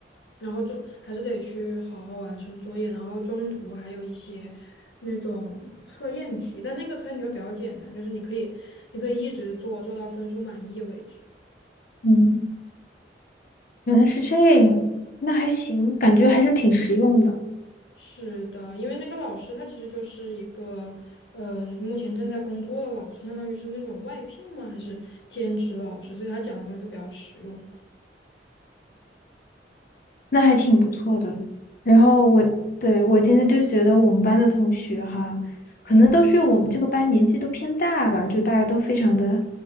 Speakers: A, on the left; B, on the left.
A: 然后中还是得去好好完成作业，然后中途还有一些那种测验题，但那个测验题会比较简单，就是你可以你可以一直做，做到分数满意为止。
B: 嗯。原来是这样，那还行，感觉还是挺实用的，
A: 是的，因为那个老师他其实就是一个呃，目前正在工作的老师，相当于是那种外聘吗？还是兼职老师？所以他讲的东西都比较实用。
B: 那还挺不错的。然后我，对，我今天就觉得我们班的同学哈，可能都是我们这个班年纪都偏大吧，就大家都非常的